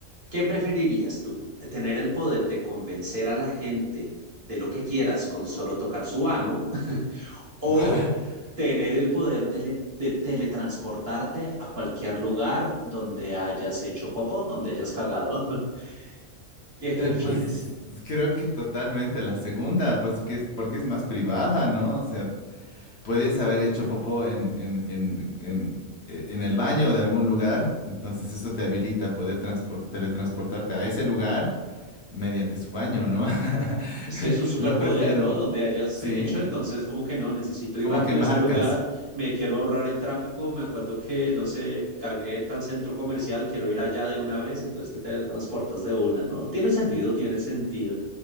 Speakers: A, on the right (about 45°); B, on the left (about 60°).
A: ¿Qué preferirías tú? ¿Tener el poder de convencer a la gente de lo que quieras con solo tocar su ano <laughs> o
B: <laughs>
A: tener el poder de, le- de teletransportarte a cualquier lugar donde hayas hecho popó, donde hayas cagado? <laughs> ¿Qué prefieres?
B: eh, pues creo que totalmente la segunda, pues que es porque es más privada, ¿no? O sea, podías haber hecho popó en, en, en, en, eh, en el baño de algún lugar, entonces eso te habilita a poder transpor- teletransportarte a ese lugar mediante su baño, ¿no? <laughs>
A: pues Sí, es un superpoder,
B: Lo prefiero,
A: ¿no? Donde hayas
B: sí,
A: hecho, entonces como que no, necesito ir
B: como
A: rápido
B: que marcas.
A: a este lugar, me quiero ahorrar el tráfico, me acuerdo que, no sé, cagué en tal centro comercial, quiero ir allá de una vez, entonces te teletransportas de una, ¿no? Tiene sentido, tiene sentido,